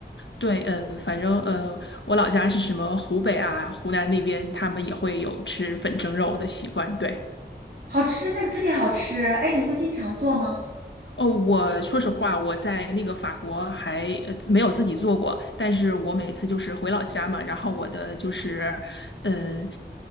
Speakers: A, on the left; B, on the right.
A: 对，呃，反正呃，我老家是什么湖北啊、湖南那边，他们也会有吃粉蒸肉的习惯。对，
B: 好吃，那个特别好吃。哎，你会经常做吗？
A: 哦，我说实话，我在那个法国还呃没有自己做过，但是我每次就是回老家嘛，然后我的就是嗯，